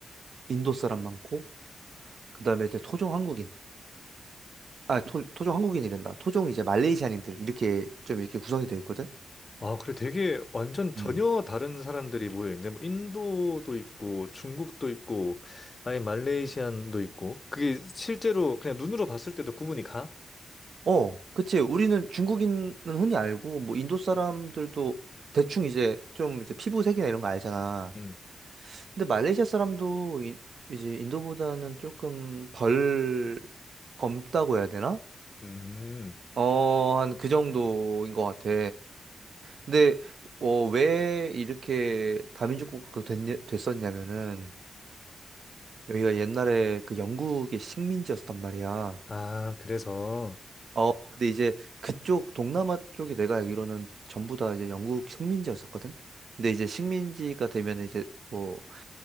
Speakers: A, on the right (about 65°); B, on the left (about 35°).
A: 인도 사람 많고 그다음에 이제 토종 한국인 아 토, 토종 한국인이란다 토종 이제 말레이시안인들 이렇게 좀 이렇게 구성이 되어 있거든.
B: 아, 그래. 되게 완전 전혀
A: 음.
B: 다른 사람들이 모여있네. 뭐 인도도 있고, 중국도 있고, 아예 말레이시안도 있고. 그게 실제로 그냥 눈으로 봤을 때도 구분이 가?
A: 어, 그치. 우리는 중국인은 흔히 알고, 뭐, 인도 사람들도 대충 이제 좀 이제 피부색이나 이런 거 알잖아.
B: 음.
A: 근데 말레이시아 사람도 인, 이제 인도보다는 조금 덜 검다고 해야 되나?
B: 음.
A: 어, 한 그 정도인 것 같아. 근데, 어, 왜 이렇게 다민족 국가가 됐, 됐었냐면은, 여기가 옛날에 그 영국의 식민지였단 말이야.
B: 아, 그래서.
A: 어, 근데 이제 그쪽 동남아 쪽이 내가 알기로는 전부 다 이제 영국 식민지였었거든. 근데 이제 식민지가 되면 이제 뭐